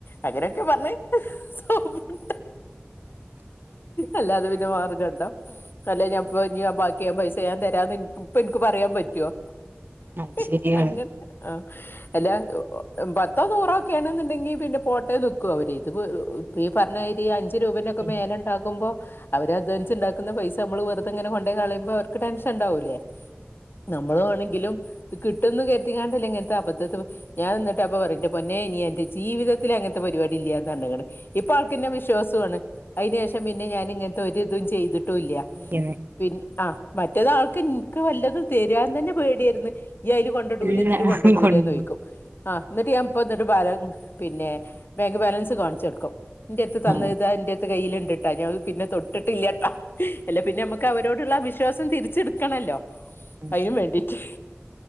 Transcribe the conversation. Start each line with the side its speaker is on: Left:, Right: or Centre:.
Left: അങ്ങനെയൊക്കെ പറഞ്സോപ്പ്ട്ട്
Right: <inaudible>
Left: അല്ലാതെ പിന്നെ മാർഗണ്ടോ അല്ല ഞാൻപ്പോ ഇനി ബാക്കിയാ പൈസ ഞാൻതെരാന്ന് ഇൻ ഇൻക്ക്പ്പോ പറയാൻ പറ്റോ
Right: അത്
Left: റ്റോ
Right: ശരിയാണ്
Left: അങ്ങൻ ആഹ് അല്ല പത്തോനൂറൊക്കെ ആണെന്ന്ണ്ടെങ്കി പിന്നെ പോട്ടേന്ന് വെക്കും അവര് ഇത്പോ പീ ഈപറഞ്ഞാതിരി അഞ്ച് രൂപന്റൊക്കെ
Right: ഉം
Left: മേലെഇണ്ടാക്കുമ്പോ അവര് അധ്വാനിവാച്ച് ഇണ്ടാക്കുന്ന പൈസ അമ്മള് വെറുതെഇങ്ങനെ കൊണ്ടോയി കളയുമ്പോ അവർക്ക് ടെൻഷൻ ഇണ്ടാവൂലേ നമ്മൾ വേണങ്കിലും ഇത്കിട്ടുംന്ന് കരുതിക്കാണ്ടല്ലേ ഇങ്ങൻത്തെ അബദ്ധത് ഞാൻ ന്ന്ട്ട് അപ്പപറയും ഇന്റെ പൊന്നേ ഇനി എന്റെ ജീവിതത്തില് അങ്ങൻത്തെ പരിപാടി ഇല്ല്യാന്ന് പറഞ്ക്ക്ണ് ഇപ്പൊ ആൾക്കിന്നെ വിശ്വാസുണ് അയ്ന്ശേഷം പിന്നെഞാൻ ഇങ്ങൻതെ ഒരിതും ചെയ്തിട്ടുല്ല്യാ.
Right: പിന്നെ
Left: പിന്ന ആ മറ്റേത് ആൾക്ക് എനിക്ക് വല്ലത് തരാൻ തന്നെ പേടിയായിരുന്നു ഈ അതിൽ കൊ ഇടൂലെ
Right: എല്ലാ
Left: ഇതില് കൊണ്ടടൂലെ
Right: കൊണ്ടു
Left: നോയ്ക്കും. ആ എന്നിട്ട് ഞാൻ ഇപ്പ എന്നിട്ട് ബാല പിന്നെ ബാങ്ക് ബാലൻസ് കാണിച്ചെടുക്കും. ഇന്റെട്ത്ത് തന്നത്
Right: ആ
Left: ഇതാ ഇന്റെട്ത്ത് കയ്യി ലിണ്ടിട്ടാ ഞാൻ ഇത് പിന്നെ തൊട്ടിട്ടില്ലാട്ടാ അല്ല പിന്നെ നമുക്ക് അവരോട് ഉള്ള വിശ്വാസം തിരിച്ചെടുക്കണല്ലോ അതിന്
Right: ശരി
Left: വേണ്ടിട്ട്